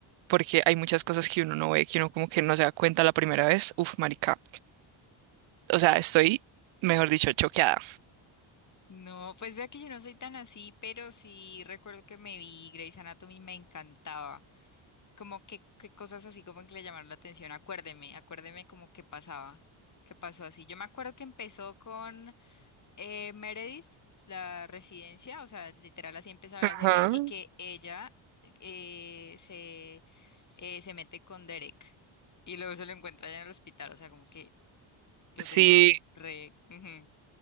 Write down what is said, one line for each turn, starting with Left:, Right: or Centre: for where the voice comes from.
Right: porque hay muchas cosas que uno no ve, que uno como que no se da cuenta la primera vez. Uf, marica. O sea, estoy, mejor dicho, choqueada.
Left: No, pues vea que yo no soy tan así, pero sí recuerdo que me vi Grey's Anatomy, me encantaba. Como que, que cosas así como que le llamaron la atención. Acuérdeme, acuérdeme como que pasaba, que pasó así. Yo me acuerdo que empezó con eh, Meredith, la residencia, o sea, literal así empezaba
Right: Ajá.
Left: la serie, y que ella eh, se, eh, se mete con Derek y luego se lo encuentra allá en el hospital, o sea, como que lo
Right: Sí,
Left: tengo re... ujú,